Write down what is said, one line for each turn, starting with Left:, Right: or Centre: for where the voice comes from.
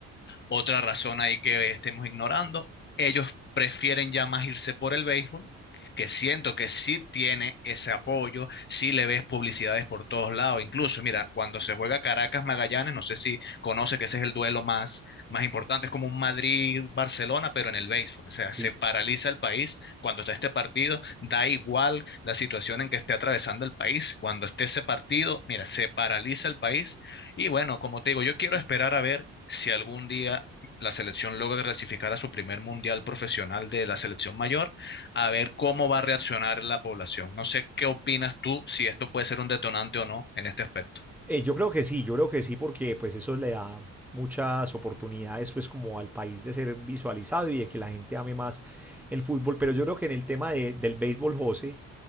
Left: Otra razón ahí que estemos ignorando, ellos prefieren ya más irse por el béisbol, que siento que sí tiene ese apoyo, sí le ves publicidades por todos lados. Incluso, mira, cuando se juega Caracas Magallanes, no sé si conoce que ese es el duelo más, más importante, es como un Madrid-Barcelona, pero en el béisbol. O sea,
Centre: Sí.
Left: se paraliza el país cuando está este partido, da igual la situación en que esté atravesando el país. Cuando esté ese partido, mira, se paraliza el país. Y bueno, como te digo, yo quiero esperar a ver si algún día la selección logra clasificar a su primer mundial profesional de la selección mayor, a ver cómo va a reaccionar la población. No sé qué opinas tú, si esto puede ser un detonante o no en este aspecto.
Centre: Eh, yo creo que sí, yo creo que sí, porque pues eso le da muchas oportunidades pues como al país de ser visualizado y de que la gente ame más el fútbol, pero yo creo que en el tema de, del béisbol, José,